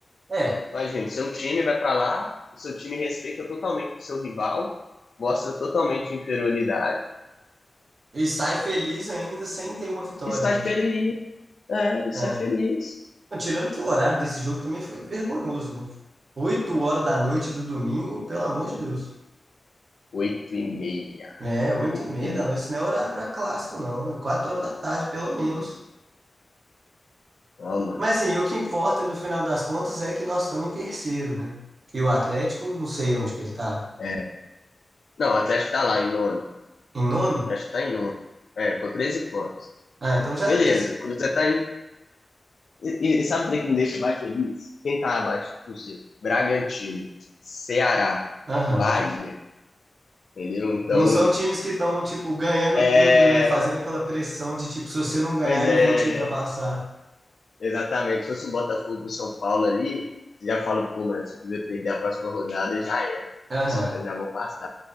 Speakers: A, on the right (about 65°); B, on the left (about 70°).
A: É.
B: Imagina, seu time vai pra lá, o seu time respeita totalmente o seu rival, mostra totalmente inferioridade
A: E sai feliz ainda sem ter uma vitória,
B: e sai
A: né?
B: feliz, é, e sai
A: É.
B: feliz.
A: Não, Tirando que o horário desse jogo também foi vergonhoso, né? oito horas da noite do domingo, pelo amor de Deus.
B: Oito e meia,
A: É, oito
B: oito
A: e meia
B: e meia,
A: da noite, isso não é horário pra clássico, não. É 4 horas da tarde, pelo menos.
B: ó, mano.
A: Mas assim, o que importa no final das contas é que nós estamos em terceiro, né? E o Atlético, não sei onde que ele tá.
B: É. Não, o Atlético tá lá em nono.
A: Em nono?
B: Acho que tá em nono. É, com 13 pontos.
A: Ah, então já.
B: Beleza,
A: já...
B: o Cruzeiro tá em. E, e sabe o que me deixa mais feliz? Quem tá abaixo do Cruzeiro? Bragantino, Ceará,
A: Aham.
B: Bahia, entendeu? Então,
A: Não são times que estão, tipo, ganhando
B: é.
A: tudo, né? Fazendo aquela pressão de, tipo, se você não ganhar,
B: Pois é,
A: eu vou te ultrapassar.
B: exatamente. Se fosse o Botafogo, o São Paulo ali, você já fala, pô, mano, se o Cruzeiro perder a próxima rodada, já é.
A: Aham.
B: Os caras já vão passar.